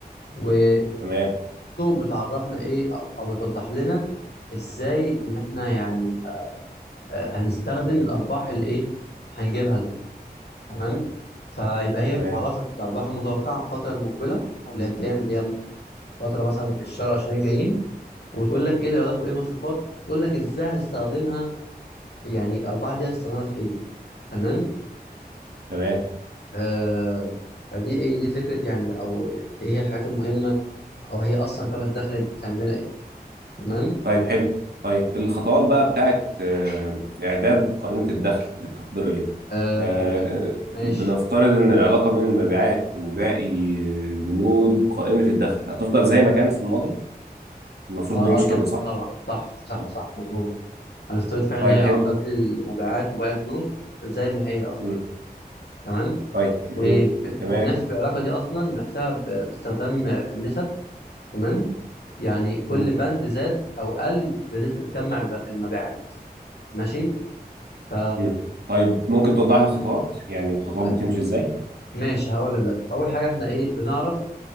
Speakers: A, on the left (about 85°); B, on the right (about 75°).
A: وبرده
B: تمام
A: بتعرفنا ايه او أو بتوضح لنا ازاي ان احنا يعني آه هنستخدم الارباح اللي ايه هنجيبها دي تمام فيبقى هي
B: تمام
A: بتعرفك الارباح المتوقعه في الفتره المقبله او اللي هي الجايه يعني اللي هي فتره مثلا الشهر 20 الجايين وبتقول لك ايه الايرادات وايه المصروفات تقول لك ازاي هتستخدمها يعني الارباح دي هتستخدمها في ايه تمام
B: تمام
A: آه فدي ايه دي فكره يعني او يعني ايه هي الحاجات المهمه او هي اصلا كم الدخل بتعمل لنا ايه تمام
B: طيب حلو طيب الخطوات بقى بتاعت آه، إعداد قائمة الدخل التقديرية
A: آه
B: آه،
A: ماشي
B: بنفترض إن العلاقة بين المبيعات وباقي آه، بنود قائمة الدخل هتفضل زي ما كانت في الماضي المفروض
A: اه
B: بيمشي
A: اه طبعا
B: كده صح؟
A: طبعا صح صح
B: آه.
A: صح مظبوط انا افترضت فعلا
B: طيب
A: ان هي
B: حلو
A: العلاقه بين المبيعات وبيع البنود زي ما هي اه
B: مم.
A: تمام
B: طيب يب-
A: وب-
B: تمام
A: وبنحسب العلاقة دي أصلا بنحسبها ب- باستخدام النسب تمام يعني كل
B: مم.
A: بند زاد أو قل بنسبة كم مع الب- المبيعات ماشي ف
B: مم. طيب ممكن توضح لي الخطوات يعني الخطوات
A: طيب
B: بتمشي إزاي؟
A: ماشي هقول لك دلوقتي أول حاجة إحنا إيه بنعرف